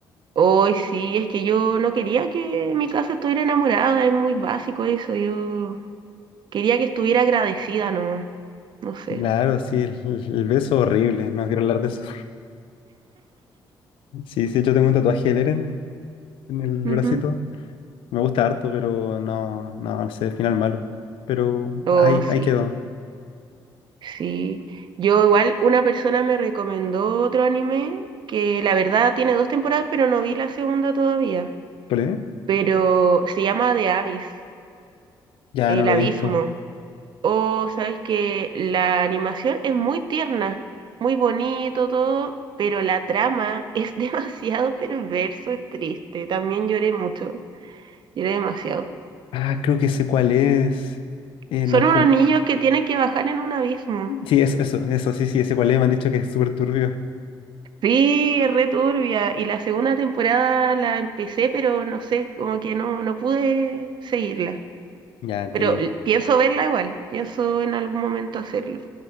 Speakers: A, on the right; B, on the left.
A: Hoy sí, es que yo no quería que mi casa estuviera enamorada, es muy básico eso, yo quería que estuviera agradecida nomás, no sé.
B: Claro, sí, el, el- el beso horrible. No quiero hablar de eso. Sí, sí, yo tengo un tatuaje del Eren en el
A: Ujú.
B: bracito. Me gusta harto, pero no, no, no sé, final malo. Pero
A: Oh,
B: ahí,
A: sí,
B: ahí quedó.
A: sí. Yo igual, una persona me recomendó otro anime que la verdad tiene dos temporadas, pero no vi la segunda todavía,
B: ¿Cuál es?
A: pero se llama The Abyss,
B: Ya
A: El
B: no lo
A: Abismo.
B: he visto.
A: O sabes que la animación es muy tierna, muy bonito todo, pero la trama es <laughs> demasiado perverso, es triste. También lloré mucho, lloré demasiado.
B: Ah, creo que sé cuál es. Eh,
A: Son
B: no es
A: unos
B: como.
A: niños que tienen que bajar en un abismo.
B: Sí, eso, eso, eso, sí, sí, ese cuál es. Me han dicho que es súper turbio.
A: Sí, es re turbia. Y la segunda temporada la empecé, pero no sé, como que no, no pude seguirla.
B: Ya entiendo.
A: Pero l- pienso verla igual, pienso en algún momento hacerlo.